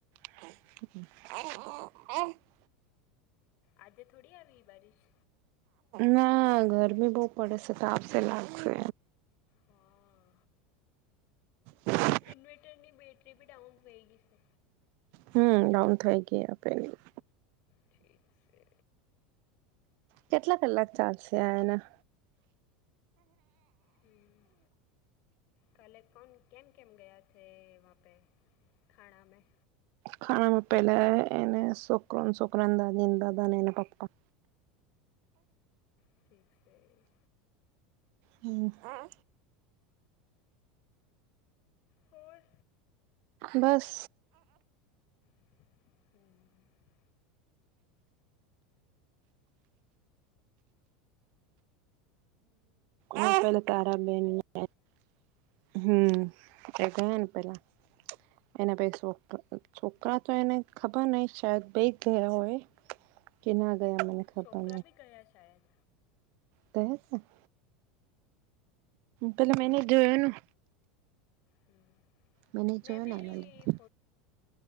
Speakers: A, on the right; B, on the left.
A: હ હ હ
B: આજે થોડી આવી બારીશ
A: ના ગરમી બહુ પડેશે તો આપશે લાગશે
B: હા
A: હ
B: ઇવેટરની બ બેટરી ડાઉન પય ગઈ છે
A: હમ ડાઉન થઈ ગયા આપેલી <unintelligible>
B: ઠીક છે
A: કેટલા કલાક ચાલશે આ એના
B: હમ કાલે કોન કેમ કેમ ગયા થે વં પે ખાડા મેં
A: ખાનામાં પહેલા એને સુકર સુકરાન દાદીને દાદા અનેને એને પાપા
B: ઠીક છે એ
A: હમ હા
B: હોર
A: બસ
B: હમ
A: હમલ ત આરા બેની <unintelligible> હમ એ ગયા ને પેલા એના પ છોકરા તો એને ખબર નહ શાયદ બેૈ જ ગયા હોય કે ના ગયા મને ખબર
B: છોકરા બ ગયા શાયદ
A: ત છે <inaudible> પેલા મેને
B: હલો
A: જોયો ને
B: હમ
A: મેને
B: મેં
A: જોયો
B: બી
A: ને એ